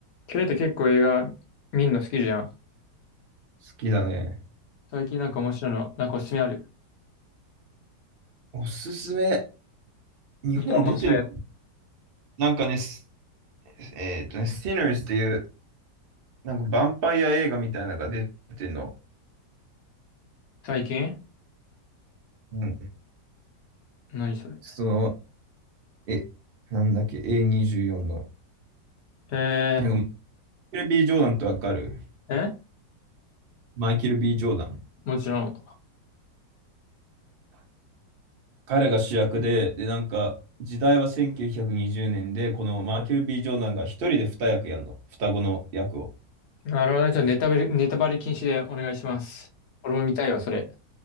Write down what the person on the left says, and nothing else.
ケイって結構映画見るの好きじゃん。
最近なんか面白いの、なんかおすすめある。
見た面白いやつ。
最近
何それ。
え
ー、え
もちろん。
なるほどね。じゃあネタバレ、ネタバレ禁止でお願いします。俺も見たいわ、それ。